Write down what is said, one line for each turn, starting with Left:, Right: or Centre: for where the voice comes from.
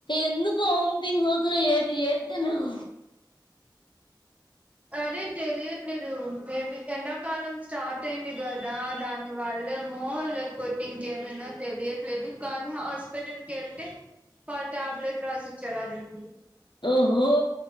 Left: ఎందుకు వామిటింగ్స్ అవతున్నాయి ఏట్ ఏటి తిన్నవ్
Right: అదే తెలియట్లేదు ఏమి ఎండాకాలం స్టార్ట్ అయింది కదా దాని వల్ల మో లేకపోతే ఇంకేమైనా తెలియట్లేదు కానీ హాస్పిటల్ కి వెళ్తే ఫళ ట్యాబ్లేట్ రాసి ఇచ్చారు అడిగింది
Left: ఓహో